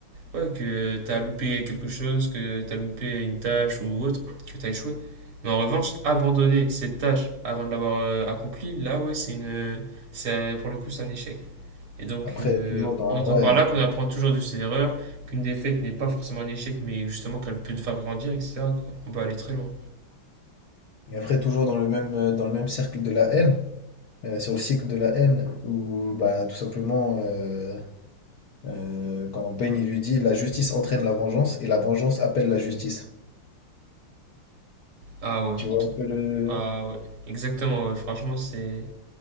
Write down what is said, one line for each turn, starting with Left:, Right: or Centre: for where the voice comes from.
Right: ouais, que t'as loupé quelque chose, que t'as loupé une tâche ou autre, que t'as échoué. Mais en revanche, abandonner cette tâche avant de l'avoir euh, accomplie, là, ouais, c'est une. c'est- Pour le coup, c'est un échec. Et donc,
Left: Après,
Right: euh,
Left: toujours dans.
Right: on entend
Left: Ouais.
Right: par là qu'on apprend toujours de ses erreurs, qu'une défaite n'est pas forcément un échec, mais justement qu'elle peut te faire grandir, etc. quoi. On peut aller très loin.
Left: Et après, toujours dans le même, euh, dans le même cercle de la haine, euh, sur le cycle de la haine, où bah, tout simplement, euh, euh, quand Payne il lui dit la justice entraîne la vengeance et la vengeance appelle la justice.
Right: Ah ouais,
Left: Tu vois un peu le.
Right: ah ouais, exactement, ouais. Franchement, c'est.